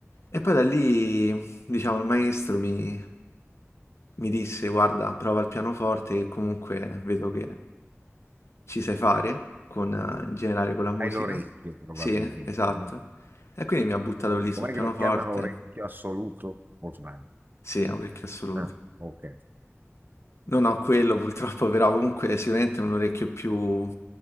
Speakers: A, on the left (about 65°); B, on the right (about 40°).
A: E poi da lì, diciamo, il maestro mi, mi disse, guarda, prova il pianoforte che comunque vedo che ci sai fare, con, eh,
B: mhm.
A: in generale con la musica.
B: Hai l'orecchio probabilmente,
A: Sì, eh, esatto.
B: no?
A: E quindi mi ha buttato lì sul
B: Com'è
A: pianoforte
B: che lo chiamano orecchio assoluto? O sbaglio?
A: Sì, è un orecchio assoluto.
B: No, ok.
A: Non ho quello purtroppo, però comunque sicuramente è un orecchio più